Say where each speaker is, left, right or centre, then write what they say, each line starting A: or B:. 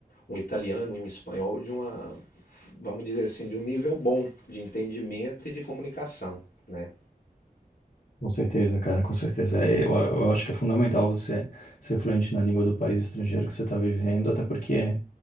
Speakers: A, on the left; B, on the left.
A: um italiano e um espanhol de uma, vamos dizer assim, de um nível bom de entendimento e de comunicação, né?
B: Com certeza, cara, com certeza. É, Eu, eu acho que é fundamental você ser fluente na língua do país estrangeiro que você está vivendo, até porque,